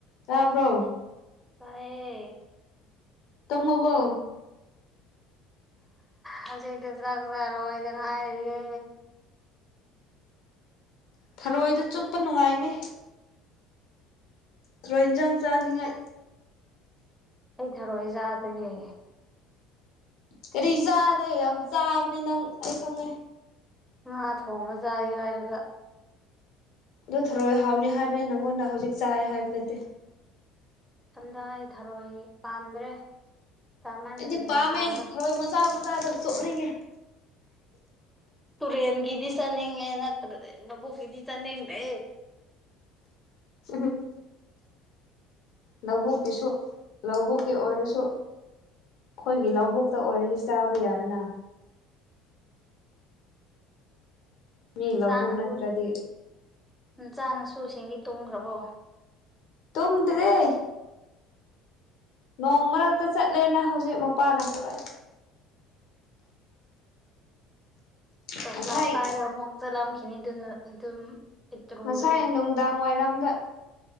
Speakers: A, on the left (about 65°); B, in the centre.
A: ꯇꯥꯕ꯭ꯔꯣ
B: ꯇꯌꯦ
A: ꯇꯃꯣꯕꯣ
B: ꯍꯧꯖꯤꯛꯇꯤ ꯆꯥꯛ ꯆꯥꯔꯣꯏꯗ ꯉꯥꯏꯔꯤꯌꯦ
A: ꯊꯔꯣꯏꯗ ꯆꯨꯞꯄ ꯅꯨꯡꯉꯥꯏꯅꯤ ꯊꯣꯏꯟꯖꯥꯡ ꯆꯥꯅꯤꯡꯉꯥꯏ
B: ꯑꯩ ꯊꯥꯔꯣꯏꯏꯖꯥꯗꯒꯤ
A: ꯀꯔꯤ ꯆꯥꯗꯦ ꯌꯥꯝ ꯆꯥꯕꯅꯦ ꯅꯪ ꯑꯩ ꯈꯪꯉꯦ
B: ꯉꯥ ꯊꯣꯡꯕ ꯆꯥꯏ ꯍꯥꯏꯔꯒ
A: ꯑꯗꯣ ꯊꯔꯣꯏ ꯍꯥꯎꯅꯤ ꯍꯥꯏꯕꯅꯦ ꯅꯪꯉꯣꯟꯗ ꯍꯧꯖꯤꯛ ꯆꯥꯏ ꯍꯥꯏꯕ ꯅꯠꯇꯦ
B: ꯏꯊꯝꯗ ꯑꯩ ꯊꯥꯔꯣꯏ ꯄꯥꯝꯗ꯭ꯔꯦ ꯆꯥꯃꯟꯕꯒꯤ
A: ꯑꯩꯗꯤ ꯄꯥꯝꯃꯦ
B: ꯅꯍꯥꯟꯗ
A: ꯊꯋꯥꯏ ꯃꯆꯥ ꯃꯆꯥꯗ ꯁꯣꯛꯅꯤꯡꯉꯦ
B: ꯇꯨꯔꯦꯟꯒꯤ ꯗꯤ ꯆꯅꯤꯡꯉꯦ ꯅꯠꯇ꯭ꯔꯗꯤ ꯂꯕꯨꯛꯛꯒꯤꯗ ꯆꯥꯅꯤꯡꯗꯦ
A: ꯎꯝ ꯂꯧꯕꯨꯛꯀꯤꯁꯨ ꯂꯧꯕꯨꯛꯀꯤ ꯑꯣꯏꯔꯁꯨ ꯑꯩꯈꯣꯏꯒꯤ ꯂꯧꯕꯨꯛꯇ ꯑꯣꯏꯗꯤ ꯆꯥꯕ ꯌꯥꯏꯅ ꯃꯤ
B: ꯎ
A: ꯂꯧꯕꯨꯛ
B: ꯆꯥꯅꯁꯨ
A: ꯅꯠꯇ꯭ꯔꯗꯤ
B: ꯎ ꯆꯥꯅꯁꯨꯁꯤꯡꯗꯤ ꯇꯣꯡꯈ꯭ꯔꯕꯣ
A: ꯇꯨꯝꯗ꯭ꯔꯦ ꯅꯣꯡ ꯃꯔꯛꯇ ꯆꯠꯂꯦꯅ ꯍꯧꯖꯤꯛ ꯃꯄꯥꯅ ꯄꯨꯔꯛꯏ
B: ꯇꯁꯂꯥꯏ
A: ꯉꯁꯥꯏ
B: ꯄꯥꯏꯔꯒ ꯃꯨꯛ ꯆꯠꯂꯝꯈꯤꯅꯤ ꯑꯗꯨꯅ ꯑꯗꯨꯝ ꯄꯤꯇ꯭ꯔꯨꯗꯣ
A: ꯉꯁꯥꯏ ꯅꯨꯡꯗꯥꯡ ꯋꯥꯏꯔꯝꯗ